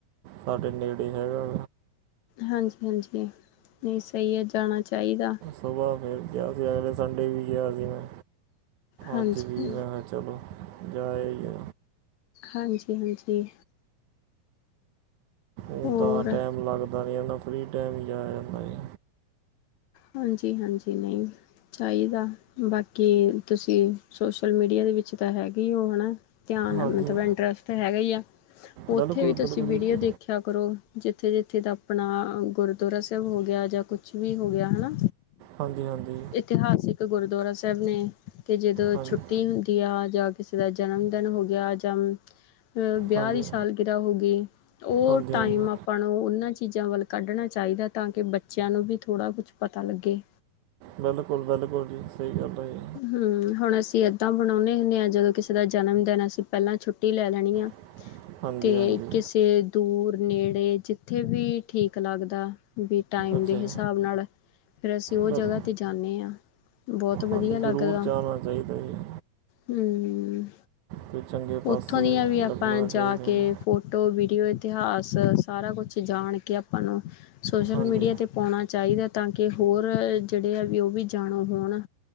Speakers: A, on the right; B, on the left.
A: ਸਾਡੇ ਨੇੜੇ ਹੈਗਾ।
B: ਹਾਂਜੀ-ਹਾਂਜੀ ਨਈ ਸਈ ਹੈ ਜਾਣਾ ਚਾਇਦਾ।
A: ਸੁਬਾ ਫੇਰ ਗਿਆ ਸੀ, ਅਗਲੇ ਸੰਡੇ ਵੀ ਗਿਆ ਸੀ ਮੈਂ
B: ਹਾਂਜੀ,
A: ਅੱਜ ਵੀ ਮੈਂ ਹ ਚਲੋ ਜਾ ਆਈਏ
B: ਹਾਂਜੀ-ਹਾਂਜੀ।
A: ਉਦਾ
B: ਹੋਰ
A: ਟਾਈਮ ਲੱਗਦਾ ਨੀ ਨਾ, ਫ੍ਰੀ ਟਾਈਮ ਹੀ ਜਾਆ ਜਾਂਦਾ ਏ।
B: ਹਾਂਜੀ-ਹਾਂਜੀ ਨਹੀਂ। ਚਾਈਦਾ, ਬਾਕੀ ਤੁਸੀਂ ਸੋਸ਼ਲ ਮੀਡੀਆ ਦੇ ਵਿੱਚ ਤਾਂ ਹੈਗੇ ਈ ਹੋ ਹੈਨਾ। ਧਿਆਨ
A: ਹਾਂਜੀ
B: ਮਤਲਬ ਇੰਟਰਸਟ ਤੇ ਹੈਗਾ ਇ ਆ, ਉੱਥੇ
A: ਬਿਲਕੁਲ
B: ਵੀ ਤੁਸੀਂ
A: ਬਿਲਕੁਲ
B: ਵੀਡੀਓ
A: ਜੀ
B: ਦੇਖੀ ਖਿਆ ਕਰੋ ਜਿੱਥੇ ਜਿੱਥੇ ਦਾ ਅਪਣਾ ਗੁਰਦੁਆਰਾ ਸਾਹਿਬ ਹੋ ਗਿਆ ਜਾਂ ਕੁਛ ਵੀ ਹੋ ਗੇਆ। ਹਨਾ
A: ਹਾਂਜੀ ਹਾਂਜੀ
B: ਇਤਿਹਾਸਿਕ ਗੁਰਦੁਆਰਾ ਸਾਹਿਬ ਨੇ, ਤੇ ਜਿਦੋਂ
A: ਹਾਂਜੀ
B: ਛੁੱਟੀ ਹੁੰਦੀ ਗੇਆ ਜਾਂ ਕਿਸੇ ਦਾ ਜਨਮ ਦਿਨ ਹੋ ਗਿਆ ਜਾਂ ਅ ਵਿਆਹ
A: ਹਾਂਜੀ
B: ਦੀ ਸਾਲ ਗਿਰਾਹ ਹੋ ਗਈ, ਤੇ ਉ
A: ਹਾਂਜੀ
B: ਟਾਈਮ
A: ਹਾਂਜੀ
B: ਅਪ ਆਪਾਂ ਨੂੰ ਉਨਾਂ ਚੀਜ਼ਾਂ ਵੱਲ ਕੱਢਣਾ ਚਾਇਦੇ, ਤਾਂ ਕਿ ਬੱਚਿਆਂ ਨੂੰ ਵੀ ਥੋੜ੍ਹਾ ਕੁਛ। ਪਤਾ ਲੱਗੇ
A: ਬੇਲਕੁਲ ਬੇਲਕੁਲ ਜੀ ਸਈ ਗੱਲ ਐ ਏ।
B: ਹੂ, ਹੁਣ ਅਸੀਂ ਇੱਦਾਂ ਮਣਾਦੇ ਹੁੰਦੇ ਆ ਜਦੋਂ ਕਿਸੇ ਦਾ ਜਨਮ ਦੇਨ ਅਸੀਂ ਪਹਲਾਂ ਛੁੱਟੀ ਲੈ ਲੈਣੀ ਆ।
A: <inaudible>
B: ਤੇ
A: ਹਾਂਜੀ
B: ਕਿਸੇ ਦੂਰ ਨੇੜੇ ਜਿੱਥੇ ਵੀ ਠੀਕ ਲੱਗਦਾ ਵੀ ਟਾਈਮ
A: ਅੱਛਾ
B: ਦੇ
A: ਜੀ
B: ਹਿਸਾਬ ਨਾਲ। ਫੇਰ ਅਸੀਂ ਉ
A: ਬਿਲ-
B: ਜਗ੍ਹਾਹ ਤੇ ਜਾਂਨੇ ਆਂ, ਬਹੁਤ ਵਧੀਆ
A: ਹਾਂਜੀ
B: ਲੱਗਦਾ।
A: ਜ਼ਰੂਰ ਜਾਣਾ ਚਾਹੀਦਾ ਜੀ
B: ਹੁੰ
A: ਕੋਈ ਚੰਗੇ ਪਾਸੇ
B: ਓਥੋਂ ਦੀਆਂ ਵੀ ਆਪਾਂ
A: ਲੱਗਣਾ
B: ਜਾ
A: ਚਾਹੀਦਾ
B: ਕੇ
A: ਜੀ
B: ਫੋਟ ਟੋ ਵੀਡੀਓ ਇਤਿਹਾਸ ਸਾਰਾ ਕੁਛ ਈ ਜਾਣ ਕੇ ਆਪਾਂ ਨੂੰ ਸੋਸ਼ਲ
A: ਹਾਂਜੀ
B: ਮੀਡੀਆ ਤੇ ਪਾਉਣਾ ਚਾਈਦਾ ਏ ਤਾਂ ਕਿ ਹੋਰ ਜੇੜੇ ਆ ਵੀ ਓ ਵੀ ਜਾਣੂ ਹੋਣ।